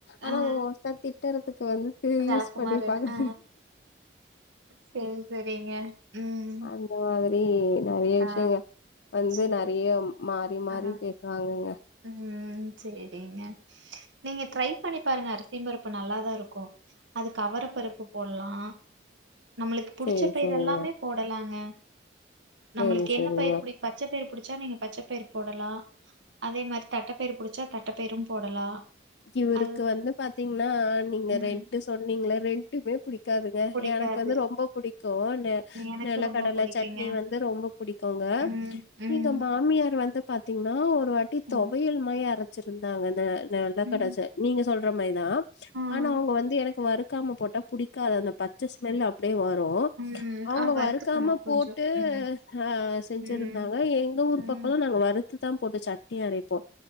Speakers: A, on the left (about 70°); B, on the right (about 80°).
A: ஆனா
B: ஆ.
A: மோஸ்ட்டா திட்டறதுக்கு வந்துட்டு
B: விளக்குமாறு
A: யூஸ் பண்ணிபாங்க
B: ஆ சேரி சேரிங்க ம்
A: அந்த மாரி நெறைய விஷ்யங்க
B: ஆ
A: வந்து
B: சேரி
A: நெறைய மாறி மாறி
B: ஆ
A: பேசுவாங்கங்க
B: ம் சேரிங்க நீங்க ட்ரை பண்ணி பாருங்க அரிசிம் பருப்பு நல்லாதான் இருக்கு அதுக்கு அவரப்பருப்பு போல்லா நம்மளுக்கு புடிச்ச
A: சேரி
B: பயிர்
A: சேரிங்க.
B: எல்லாமே போடலாங்க
A: சேரி
B: நம்மளுக்கு
A: சேரிங்க.
B: என்ன பயிர் புடி பச்சைப்பயர் புடிச்சா நீங்க பச்சைப்பயர் போடலா அதே மாரி தட்டைப்பயர் புடிச்சா தட்டைப்பயரும் போடலா
A: இவருக்கு
B: அது
A: வந்து பாத்தீங்னா நீங்க
B: ம்
A: ரெண்டு சொன்னீங்கல்ல ரெண்டுமே புடி க்காதுங்க
B: புடிக்காது
A: எனக்கு வந்து ரொம்ப புடிக்கு
B: எனக்கு
A: நிலக்கடலை
B: ரொம்ப புடிக்குங்க
A: சட்னி வந்து ரொம்ப புடிக்குங்க
B: ம் ம்
A: இங்க மாமியார் வந்து பாத்தீங்னா ஒரு வாட்டி
B: ம்
A: தொவையல் மாரி அரச்சிருந்தாங்க அந்த
B: ம்
A: கடச்ச நீங்க சொல்ற மாரிதா
B: ஆ
A: ஆனா அவுங்க வந்து எனக்கு வரு க்காம போட்டா புடிக்காது அந்த பச்ச ஸ்மெல் அப்டியே வரு
B: ம்
A: அவுங்க
B: ஆ வறுத்துக்கணும்
A: வறுக்காம
B: கொஞ்சம்.
A: போட்டு
B: ம்.
A: அ செஞ்சிருந்தாங்க
B: ம்.
A: எங்க ஊர்
B: ம்.
A: பக்கோல்லா நாங்க வரு த்துதான் போட்டு சட்னி அரைப்போ